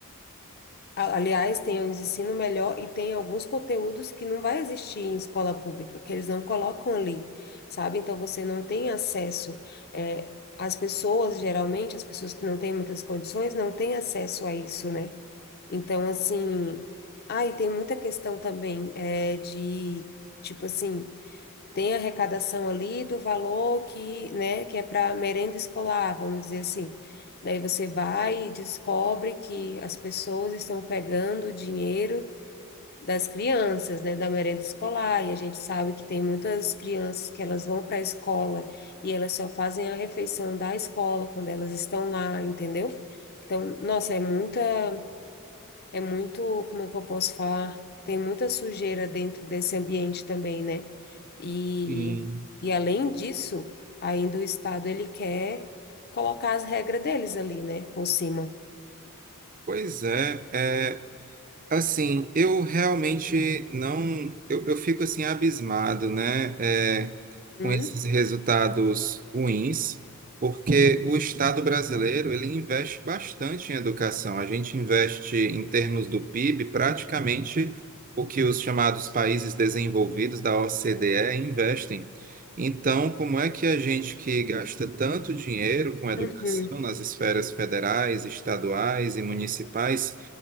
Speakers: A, on the left (about 45°); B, on the right (about 40°).
A: A- Aliás, tem um ensino melhor e tem alguns conteúdos que não vai existir em escola pública, que eles não colocam ali, sabe? Então você não tem acesso. eh, as pessoas, geralmente, as pessoas que não têm muitas condições, não têm acesso a isso, né? Então, assim. Ah, e tem muita questão também eh, de, tipo assim tem a arrecadação ali do valor que, né, que é para merenda escolar, vamos dizer assim. Daí você vai e descobre que as pessoas estão pegando o dinheiro das crianças, né, da merenda escolar, e a gente sabe que tem muitas crianças que elas vão para a escola e elas só fazem a refeição da escola quando elas estão lá, entendeu? Então, nossa, é muita é muito, como é que eu posso falar? Tem muita sujeira dentro desse ambiente também, né? E,
B: Sim.
A: e além disso, ainda o Estado ele quer colocar as regras deles ali, né? Por cima.
B: Pois é, é, Assim, eu realmente não, eu, eu fico assim abismado, né, é,
A: Hum?
B: com esses resultados ruins, porque o Estado brasileiro ele investe bastante em educação. A gente investe em termos do PIB praticamente o que os chamados países desenvolvidos da O C D E investem. Então, como é que a gente que gasta tanto dinheiro com educação
A: Uhum.
B: nas esferas federais, estaduais e municipais